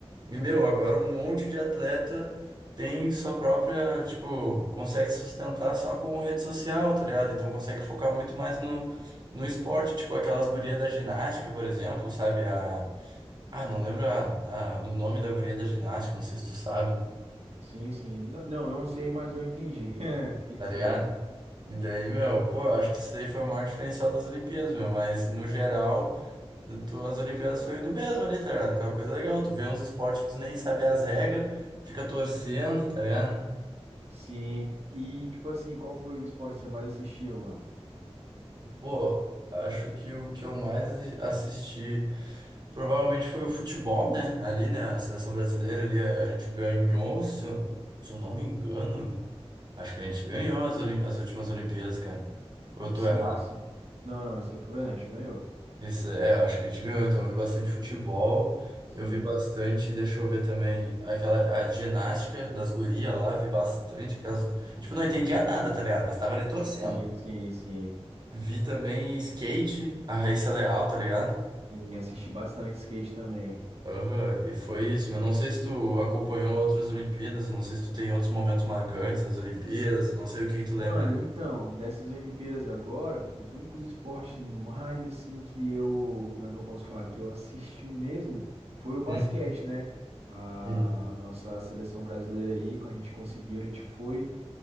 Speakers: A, on the right; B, on the right.
A: E, meu, agora um monte de atleta tem sua própria, tipo, consegue se sustentar só com rede social, tá ligado? Então consegue focar muito mais no, no esporte, tipo aquelas gurias da ginástica, por exemplo, sabe? A, ah, não lembro a, a- o nome da guria da ginástica, não sei se tu sabe.
B: Sim, sim. N- Não, não sei, mas eu entendi. <laughs> O que
A: tá
B: que
A: ligado?
B: você manda?
A: E daí, meu, pô, eu acho que isso daí foi o maior diferencial das Olimpíadas, meu, mas no geral, tu, as Olimpíadas foi do mesmo ali, tá ligado? Aquela coisa legal, tu vê uns esportes que tu nem sabe as regras, fica torcendo, tá ligado?
B: Sim. E, tipo assim, qual foi o esporte que você mais assistiu, mano?
A: Pô, acho que o que eu mais assi- assisti provavelmente foi o futebol, né? Ali, né, a seleção brasileira ali, a a gente ganhou, se eu, se eu não me engano, acho que a gente ganhou as, Oli- as últimas Olimpíadas, cara. Ou tu
B: Sim,
A: é?
B: sim. Não, não, isso é verdade, ganhou.
A: Isso, é, eu acho que a gente ganhou, então eu vi bastante futebol,
B: Sim.
A: eu vi bastante, deixa eu ver também, aquela a ginástica das gurias lá, vi bastante aquelas. Tipo, não entendia nada, tá ligado? Mas tava ali torcendo.
B: Sim, sim, sim.
A: Vi também skate, a Raíssa Leal, tá ligado?
B: E assisti bastante skate também.
A: Aham, e foi isso, mas não sei se tu acompanhou outras Olimpíadas, não sei se tu tem outros momentos marcantes das Olimpíadas, não sei o que que tu lembra.
B: Mano, então, dessas Olimpíadas agora, os únicos esportes mais assim que eu, como é que eu posso falar, que eu assisti mesmo, foi o basquete,
A: Hum,
B: né? A
A: sim.
B: nossa seleção brasileira aí, quando a gente conseguiu, a gente foi